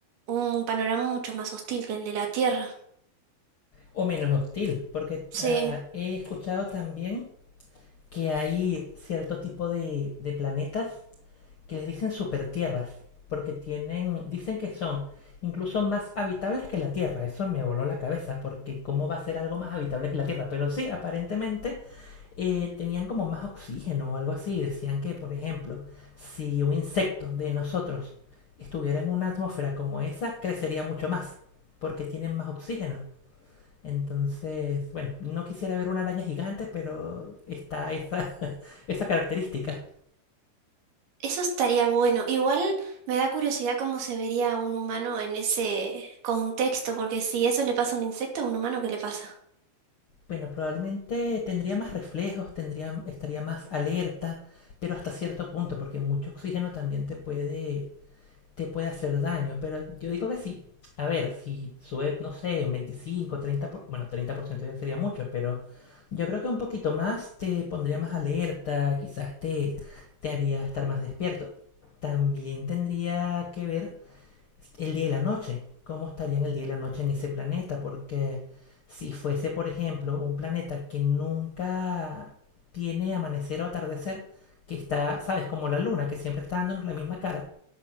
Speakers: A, on the right; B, on the left.
A: un panorama mucho más hostil que el de la Tierra.
B: O menos hostil, porque
A: Sí.
B: ah, he escuchado también que hay cierto tipo de, de planetas que les dicen super tierras, porque tienen, dicen que son incluso más habitables que la Tierra. Eso me voló la cabeza, porque ¿cómo va a ser algo más habitable que la Tierra? Pero sí, aparentemente eh, tenían como más oxígeno o algo así. Decían que, por ejemplo, si un insecto de nosotros estuviera en una atmósfera como esa, crecería mucho más, porque tienen más oxígeno. Entonces, bueno, no quisiera ver una araña gigante, pero está esa, <laughs> esa característica.
A: Eso estaría bueno. Igual me da curiosidad cómo se vería un humano en ese contexto, porque si eso le pasa a un insecto, a un humano, ¿qué le pasa?
B: Bueno, probablemente tendría más reflejos, tendría, estaría más alerta, pero hasta cierto punto, porque mucho oxígeno también te puede, te puede hacer daño. Pero yo digo que sí. A ver, si sube, no sé, un 25, treinta por- bueno, 30% ya sería mucho, pero yo creo que un poquito más te pondría más alerta, quizás te, te haría estar más despierto. También tendría que ver el día y la noche. ¿Cómo estarían el día y la noche en ese planeta? Porque si fuese, por ejemplo, un planeta que nunca tiene amanecer o atardecer, que está, ¿sabes? Como la luna, que siempre está dándonos la misma cara.